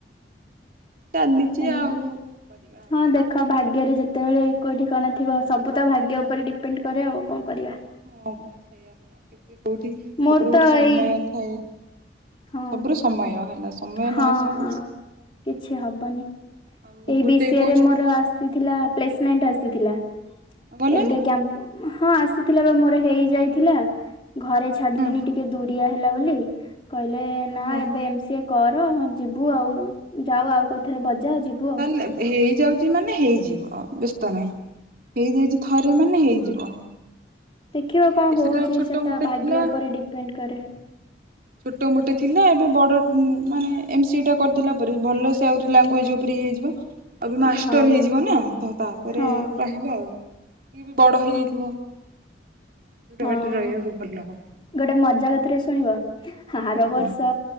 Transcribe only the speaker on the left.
ଏମ୍
ହଁ ଦେଖ ଖ ଭାଗ୍ୟରେ ଯେତେବେଳେ କୋଉଠି କଣ ଥିବ ସବୁ ତ ଭାଗ୍ୟ ଉପରେ ଡିପେଣ୍ଡ କରେ ଆଉ କଣ କରିବା?
ମୋର ତ
ଏଇ
ହଁ
ହଁ
ହଁ କିଛି ହବନି।
ଏଇ
ବି ସି ଏ
ରେ ମୋର ଆସିଥିଲା ପ୍ଲେସ୍ ମେଣ୍ଟ ଆସିଥିଲା
ଏବେ କ୍ୟାପ୍ ହଁ ଆସିଥିଲା ବା ମୋର ହେଇ ଯାଇଥିଲା ଘରେ ଛାଡ଼ିଲେନି
ଟିକେ ଦୁରିଆ ହେଲା ବୋଲି କହିଲେ ନା
ଏବେ ଏମସିଏ କର ହଁ ଯିବୁ ଆଉ। ଯାଉ ଆଉ କୋଉଥିରେ ବଜା ଯିବୁ ଆଉ।
ଦେଖିବା କଣ
ହଉଛି
ସେଟା
ଭାଗ୍ୟ
ଉପରେ ଡିପେଣ୍ଡ କରେ।
ହଁ
ହଁ
ହଁ।
ହଁ
ହଁ
ଗୋଟେ ମଜା କଥାରେ ଶୁଣିବ? ଆର
ବର୍ଷ